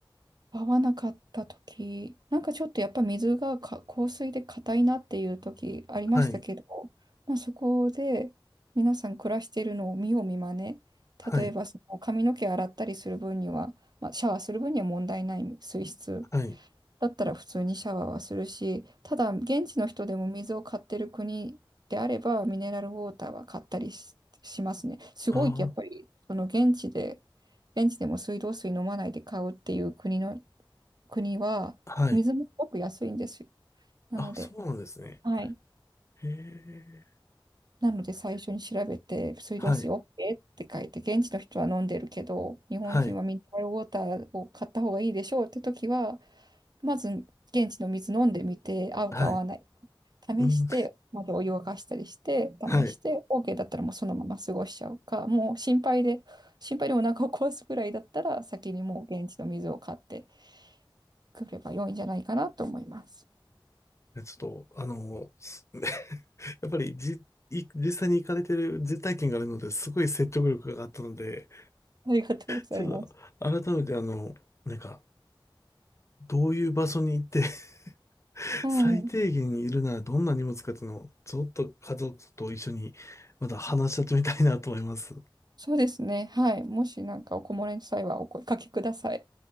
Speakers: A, on the right (about 50°); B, on the left (about 35°).
A: 合わなかった時、なんかちょっとやっぱ水がか硬水で硬いなっていう時ありましたけど、
B: はい。
A: まあ、そこで皆さん暮らしているのを見よう見まね。
B: はい。
A: 例えばその髪の毛洗ったりする分には、まあ、シャワーする分には問題ない水質
B: はい。
A: だったら普通にシャワーはするし、ただ現地の人でも水を買ってる国であれば、ミネラルウォーターは買ったりし、しますね。すごいやっぱり、
B: あ
A: その現地で、現地でも水道水飲まないで買うっていう国の、国は、
B: あ、はい。
A: 水もすごく安いんですよ。なので、
B: あ、そうなんですね。
A: はい。
B: へえ。
A: なので最初に調べて、水道水
B: はい。
A: OK って書いて、現地の人は飲んでるけど、日本人はミネラルウォーターを買った方がいいでしょうって時は、
B: はい。
A: まず現地の水飲んでみて、合うか合わない
B: はい。
A: 試して、
B: うん。
A: まずお湯を沸かしたりして、試して、
B: はい。
A: OK だったらもうそのまま過ごしちゃうか、もう心配で、心配でお腹を壊すぐらいだったら、先にもう現地の水を買ってくれば良いんじゃないかなと思います。
B: でちょっと、あの、す <laughs> やっぱりじ、い実際に行かれてる実体験があるので、すごい説得力があったので、
A: ありがとうございます。
B: ちょっと、改めてあの、なんか、どういう場所に行って、<laughs>
A: うん。
B: 最低限にいるならどんな荷物かっていうのを、ちょっと家族と一緒に、また話し合ってみたいなと思います。
A: そうですね。はい。もしなんかお困りの際はお声かけください。